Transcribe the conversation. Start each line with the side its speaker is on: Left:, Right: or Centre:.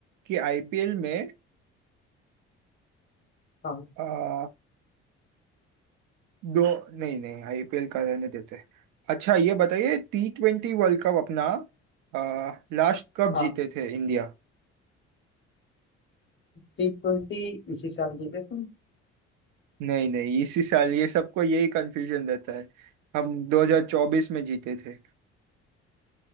Right: कि आईपीएल में
Left: हाँ
Right: आ, दो नहीं नहीं आईपीएल का रहने देते हैं। अच्छा ये बताइए टी ट्वेंटी वर्ल्ड कप अपना आ, लास्ट कब
Left: हाँ
Right: जीते थे इंडिया
Left: टी ट्वेंटी इसी साल जीते थे
Right: नहीं नहीं इसी साल ये सबको यही कंफ्यूजन रहता है हम 2024 में जीते थे